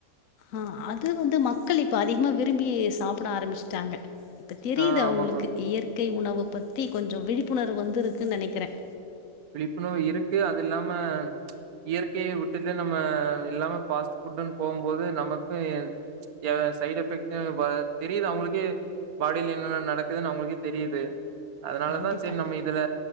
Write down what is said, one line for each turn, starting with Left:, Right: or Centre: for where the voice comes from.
Left: ஆஹ் அது வந்து மக்கள் இப்ப அதிகமா விரும்பி சாப்பிட ஆரம்பிச்சிட்டாங்க இப்ப தெரியுது
Right: ஆ
Left: அவுங்களுக்கு
Right: ஆமாமா
Left: இயற்க் க்கை உணவு பத்தி கொஞ்சம் விழிப்புணர்வு வந்துருக்கு நெனைக்கிறேன்
Right: விழிப்புணவு இருக்கு அதில்லாம ப்ச் இயற்கைய வுட் <unintelligible> எல்லாமே பாஸ்ட் ஃபுட்டுனு போம்போது நமக்கும் ப்ச் சைடு் எஃபெக்ட் தெரியுது அவங்களுக்கே பாடில என்னென்ன நடக்குதுன்னு அவங்களுக்கே தெரியுது அதனாலதான்
Left: கண்டிப்பா
Right: சரி நம்ம இதுல